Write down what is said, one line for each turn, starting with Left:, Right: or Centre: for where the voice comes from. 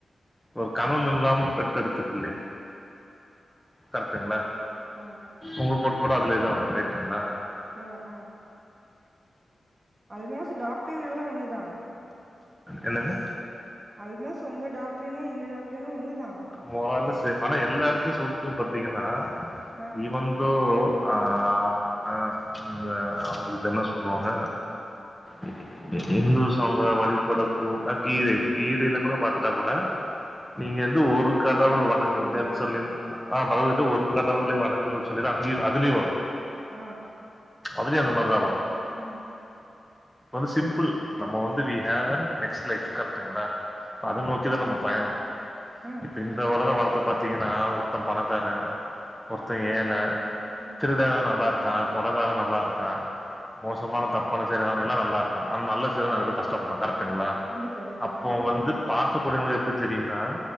Centre: ஒரு கணவன் இல்லாம பெற்றெடுத்த பிள்ளை கரெக்டுங்ளா
Right: அ
Centre: ஒங்க கோட்பாடு அதுலேதா வரு ரைட்டுங்ளா
Right: ஏ ஆ அல்மோஸ்ட் டாக்டரினெல்லா ஒண்ணுதா
Centre: என்னங்க
Right: அல்மோஸ்ட் ஒங்க டாக்டரினு எங்க டாக்டரினு ஒண்ணுதா
Centre: மோர்ரார்லஸ் சேம் ஆனா எல்லா எடத்திலியு சொல்றது பாத்தீங்கன்னா
Right: ஆ
Centre: ஈவந்தோ ஆ ஆ ஆ ஆ இந்த அவுங்களுட்ட என்ன சொல்வாங்க இ இந்தூஸ் அவுங்க வழிபட கூட கீதை கீதயில கூட பாத்துட்டா கூட நீங்க இந்து ஒரு கடவுள்
Right: பகவத்கீதையிலயா
Centre: வணங்குங்கன்னு சொல்லிர்ந்தா ஆ பதனிட்டு ஒரு கடவுள வணங்கன் சொல்லிதா அங்கயு அதுலயு வரு
Right: ஆ
Centre: அதுலயு அந்த மாரிதா வரு
Right: ம்
Centre: <inaudible> இப்ப வந்து சிம்பிள் நம்ம வந்து we have an next life கரெக்டங்களா
Right: ம்
Centre: அத நோக்கிதா நம்ம பயணோ
Right: ம்
Centre: இப்ப இந்த உலக வாழ்க்க பாத்தீங்கன்னா ஒருத்த பணக்கார ஒருத்த
Right: குடுத்தனால
Centre: ஏழ
Right: ம்
Centre: திருட நல்லா இருக் இருக்கா கொலகார நல்லா இருக்கா மோசமான தப்பான செய்றவ எல்லா நல்லா இருக்கா ஆனா நல்ல
Right: கண்டிப்
Centre: நெறைய பேர் கஷ்டப்படு கரெக்டங்களா
Right: கண்டிப்பா கண்டிப்பா
Centre: அப்போ
Right: அதெல்லா
Centre: வந்து
Right: உண்மதா
Centre: பார்த் இருக்கக்கூடியவளுக்கு எப்டி தெரியும்னா